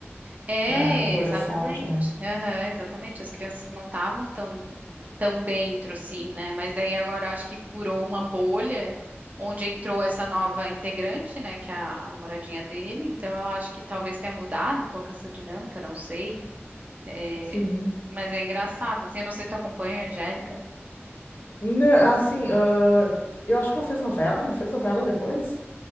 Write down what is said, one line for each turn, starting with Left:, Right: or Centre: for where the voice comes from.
Right: É,
Left: da, do holofote,
Right: exatamente,
Left: né?
Right: aham, exatamente, as crianças não estavam tão, tão dentro assim, né? Mas daí agora eu acho que furou uma bolha onde entrou essa nova integrante, né, que é a, a namoradinha dele, então eu acho que talvez tenha mudado um pouco essa dinâmica, não sei. É,
Left: Sim.
Right: mas é engraçado, assim, eu não sei se tu acompanha a Angélica.
Left: Nã- assim, ah, eu acho que ela fez novela, não fez novela depois?